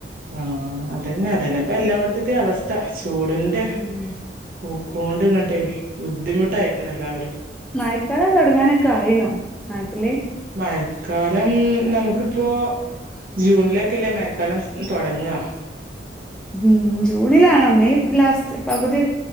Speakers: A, on the right; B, in the centre.
A: ആഅതന്നെ അതന്നെപ്പ എല്ലായിടത്തത്തെ അവസ്ഥ ചൂടിന്റെ
B: ഉം
A: പോക്കോണ്ട്ങ്ങട്ട് ബുദ്ധിമുട്ടായിക്ക്ണ് എല്ലാവരും
B: മഴക്കാലം തൊടങ്ങാനൊക്കെ ആയിണോ നാട്ടില്
A: മഴക്കാലം നമുക്കിപ്പൊ ജൂണിലൊക്കെല്ലേ മഴക്കാലം തൊടങ്ങാ
B: മ് ജൂണിലാണോ മെയ് ലാസ്റ്റ് പകുതിയൊ